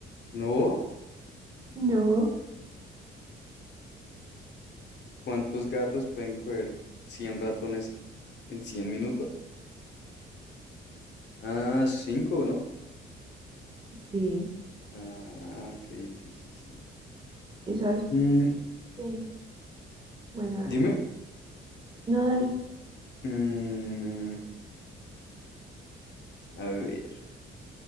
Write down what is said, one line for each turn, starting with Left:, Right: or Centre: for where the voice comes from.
Left: ¿No?
Right: <laughs> no,
Left: ¿Cuántos gatos pueden coger 100 ratones en 100 minutos? Ah, 5, ¿no?
Right: sí.
Left: Ah, ok, sí, sí, sí.
Right: ¿Sí sabes?
Left: Mm,
Right: Sí. Bueno, dale.
Left: dime.
Right: No, dale.
Left: Mm, a ver.